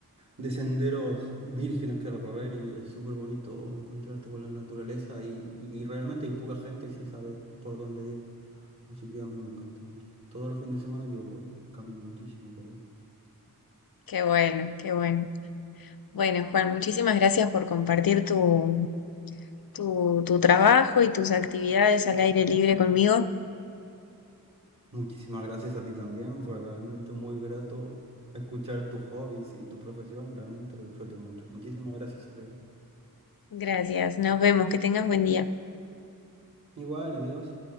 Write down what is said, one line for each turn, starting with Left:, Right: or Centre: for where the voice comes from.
Right: de senderos vírgenes que recorrer y es súper bonito encontrarte con la naturaleza y, y- y realmente hay poca gente si sabes por dónde ir. Así que a mí me encanta mucho. Todos los fines de semana yo voy, camino muchísimo por ahí.
Left: Qué bueno, qué bueno. Bueno, Juan, muchísimas gracias por compartir tu, tu, tu trabajo y tus actividades al aire libre conmigo.
Right: Muchísimas gracias a ti también, fue realmente muy grato escuchar tus hobbies y tu profesión, realmente lo disfruté mucho. Muchísimas gracias, Sofía.
Left: Gracias, nos vemos, que tengas buen día.
Right: Igual, adiós.